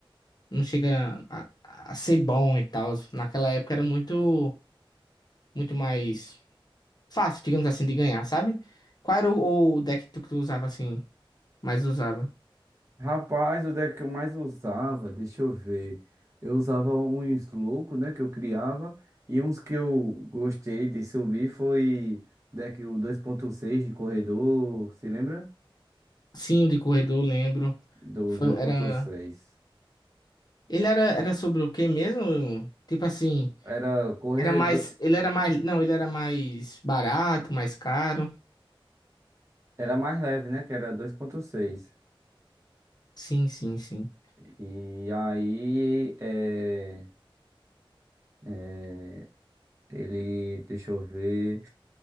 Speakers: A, on the left; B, on the right.
A: não chega a, a ser bom e tal. Naquela época era muito, muito mais fácil, digamos assim, de ganhar, sabe? Qual era o, o deck que tu que tu usava assim, mais usava?
B: Rapaz, onde é que eu mais usava? Deixa eu ver. Eu usava uns loucos, né, que eu criava. E uns que eu gostei de subir foi deck o dois ponto seis de corredor, se lembra?
A: Sim, o de corredor, lembro.
B: Do
A: Foi,
B: dois ponto
A: era,
B: seis
A: ele era, era sobre o quê mesmo? Tipo assim,
B: Era corredor,
A: era mais, ele era mais, não, ele era mais barato, mais caro.
B: era mais leve, né, que era dois ponto seis
A: Sim, sim, sim.
B: E aí, é, é, ele, deixa eu ver.